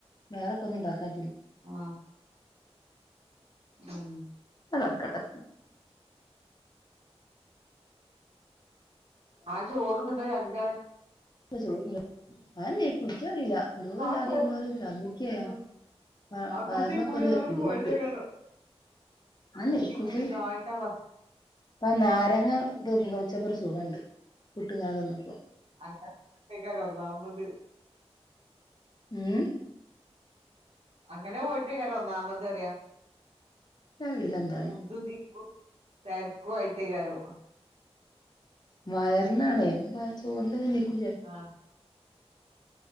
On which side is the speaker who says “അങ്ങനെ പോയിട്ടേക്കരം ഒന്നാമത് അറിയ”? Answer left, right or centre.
Right